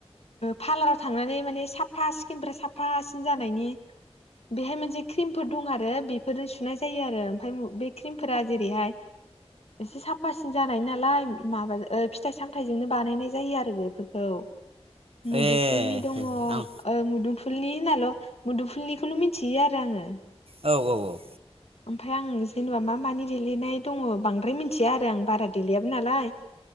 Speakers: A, on the left (about 70°); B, on the right (about 60°).
A: पार्लाराव थांनानै माने साफा स्किनफ्रा साफासिन जानायनि बेहाय मोनसे क्रिमफोर दं आरो बेफोरजों सुनाय जायो आरो ओमफ्राय बे क्रिमफोरा जेरैहाय एसे साफासिन जानाय नालाय माबा फिथाइ सामथायजोंनो बानायनाय जायो आरो बेफोरखौ औ मुदुफुलनि
B: ए
A: दङ
B: आं
A: मुदुमफुल फुलनि होनाल' मुदुफुलनिखौल' मिथियो आरो आङो
B: औ औ औ
A: ओमफ्राय आं जेनेबा मा मानि देलायनाय दङ बांद्राय मिथिया आरो आं बारा देलायाबो नालाय